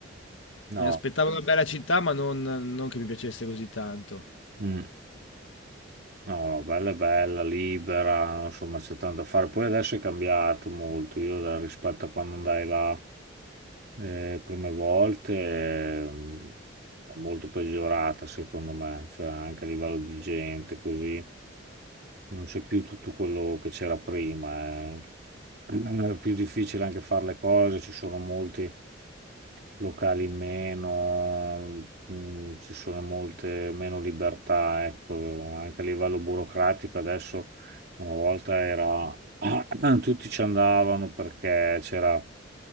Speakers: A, on the right (about 55°); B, on the left (about 90°).
A: No,
B: mi aspettavo una bella città, ma non non che mi piacesse così tanto.
A: mm, no, no, bella, bella, libera, insomma, c'è tanto da fare. Poi adesso è cambiato molto, io da- rispetto a quando andai là. le prime volte ehm, è molto peggiorata secondo me, cioè anche a livello di gente così, non c'è più tutto quello che c'era prima. eh. Eh, È più difficile anche fare le cose, ci sono molti locali in meno, mm, ci sono molte meno libertà, ecco, anche a livello burocratico adesso una volta era <clears throat> tutti ci andavano perché c'era